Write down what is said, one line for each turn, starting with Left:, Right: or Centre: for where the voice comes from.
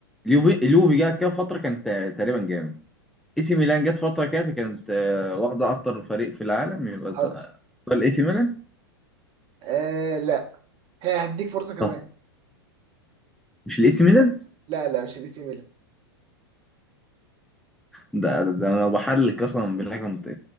Centre: اليوفي اليوفي جه كام فتره كانت تقريبا جامد اي سي ميلان جت فتره كده كانت آه واخده اكتر فريق في العالم يبقى تختار
Right: حصل
Centre: الاي سي ميلان
Right: آه لا ها هديك فرصة كمان
Centre: طب مش الاي سي ميلان
Right: لا لا مش الاي سي ميلان
Centre: ده, ده, ده انا لو بحلل قسما بالله كنت